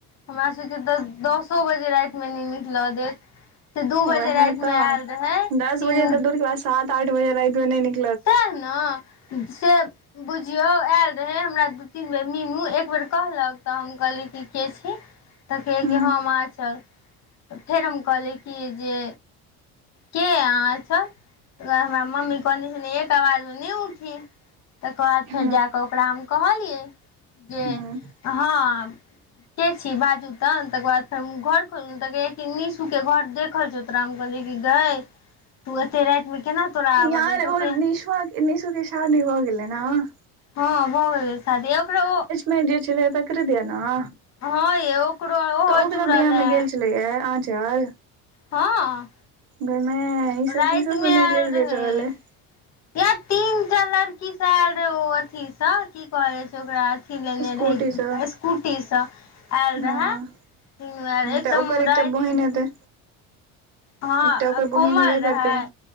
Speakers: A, on the left; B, on the right.
A: हमरा सबके तऽ दसो बजे राति में नैं निकलऽ देत। से दू बजे
B: उएह
A: राति मे
B: तऽ
A: आयल रहैय,
B: दस
A: तीनू।
B: बजे तऽ दूर के बाद सात आठ बजे राइत मे नइ निक
A: सैह ने, से बुझियौ आयल रहे, हमरा दू तीन बेर, मीनू एक बेर कहलक, तऽ हम कहलीयैं कि के छी? तऽ कहै
B: ह
A: कि हम अंचल, तऽ फेर हम कहलिय कि जे के अहाॅं अंचल तैय दुआरे हमरा मम्मी कहने इने एक आवाज में नैय उठी, तकर बाद
B: ह
A: फेर जाकऽ ओकरा हम कहलियै। जे
B: ह
A: अहॉं के छि बाजू तऽ? तकऽ बाद फेर घर खोलपऽ त कहैय कि निशू के घर देखल छौ तोरा? हम कहलियै की गैइऽ
B: ह <inaudible>
A: तू अत्ते राइत में केना आबऽ
B: यार
A: देलकौ
B: ओ
A: के
B: निशुआ के, निशु के शादी भऽ गेलै नऽ?
A: हँ भऽ गेलै शादी, ओकरा ओ
B: ने जे छलै तकरे दिया नऽ?
A: हँ यै ओकरो ओहो
B: तऽ ओकरा
A: जुड़ल
B: बियाह
A: ए
B: में गेल छलैया आँचल?
A: हँ,
B: गैमाय ई
A: राइत
B: सब की सब सुनै
A: में एऽल
B: के लेल भेट
A: रहै।
B: रहल अइ
A: यार तीनटा लड़की स एऽल रहै ओ अथी स, की कहल छै ओकरा? कि लेने
B: स्कूटी
A: रहै?
B: सँ
A: एसकूटी स एऽल
B: हँ
A: रहाऽ। तीनु एऽल रहैऽ, एकदम
B: तऽ ओकर एकटा
A: राइत
B: बहिन
A: में
B: हेतै
A: दु बजे। हँ,
B: एकटा ओकर
A: आ कोमल
B: बहिन हेबे
A: रहै,
B: करतै